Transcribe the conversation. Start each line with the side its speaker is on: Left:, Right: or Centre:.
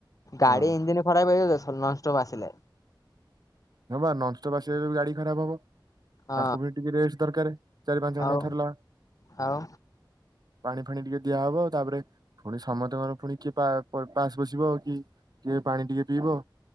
Left: ଗାଡି
Right: ହଁ
Left: ଇଞ୍ଜିିନ ଖରାପ ହେଇଯିବ ନନଷ୍ଟପ ଆସିଲେ।
Right: ହଁବା ନନଷ୍ଟପ୍ ଆସିବା ବି ଗାଡି ଖରାପ ହବ।
Left: ହଁ
Right: ତାଙ୍କୁ ବି ଟିକେ ରେଷ୍ଟ ଦରକାର ଚାରି ପାଞ୍ଚ ଘଣ୍ଟାକୁ
Left: ଆଉ
Right: ଥରେ ଲେଖା।
Left: ଆଉ
Right: ପାଣି ଫାଣି ଟିକେ ଦିଆହବ ତାପରେ ପୁଣି ସମସ୍ତଙ୍କର ପୁଣି କିଏ ପା ପାସ୍ ବସିବ କି କିଏ ପାଣି ଟିକେ ପିଇବ।